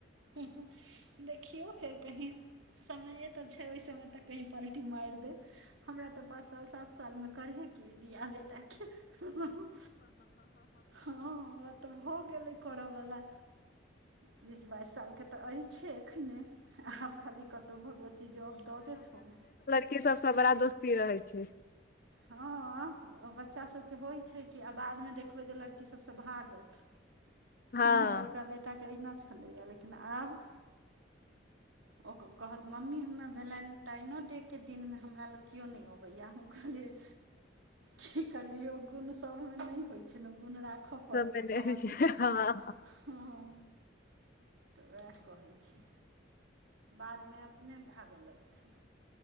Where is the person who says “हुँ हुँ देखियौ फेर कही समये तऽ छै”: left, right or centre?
Right